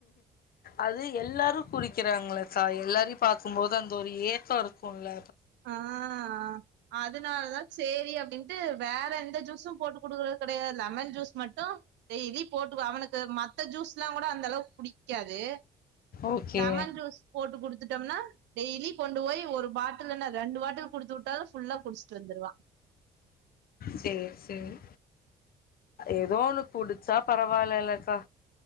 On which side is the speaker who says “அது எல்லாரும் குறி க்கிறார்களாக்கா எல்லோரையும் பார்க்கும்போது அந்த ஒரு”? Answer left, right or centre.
Left